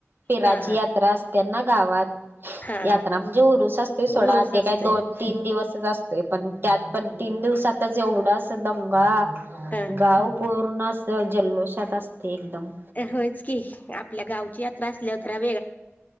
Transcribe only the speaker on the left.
हा हा
हा
हा
उरूस
असतोय
हा
होयच आपल्या गावची यात्रा असल्या तरे